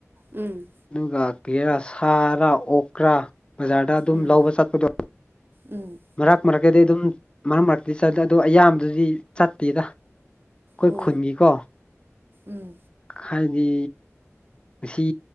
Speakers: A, on the right (about 45°); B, on the left (about 20°).
A: ꯎꯝ
B: ꯑꯗꯨꯒ ꯀꯩꯔꯥ ꯁꯥꯔꯥ ꯑꯣꯛꯔꯥ ꯕꯖꯥꯔꯗ ꯑꯗꯨꯝ
A: ꯎꯝ
B: ꯂꯧꯕ ꯆꯠꯄꯗꯣ
A: ꯎꯝ
B: ꯃꯔꯛ ꯃꯔꯛꯇꯗꯤ ꯑꯗꯨꯝ ꯃꯔꯛ ꯃꯔꯛꯇꯗꯤ ꯆꯠꯂꯦ ꯑꯗꯣ ꯑꯌꯥꯝꯕꯗꯨꯗꯤ ꯆꯠꯇꯦꯗ ꯑꯩꯈꯣꯏ
A: ꯑꯣ
B: ꯈꯨꯟꯒꯤꯀꯣ
A: ꯎꯝ
B: ꯍꯥꯏꯗꯤ ꯉꯁꯤ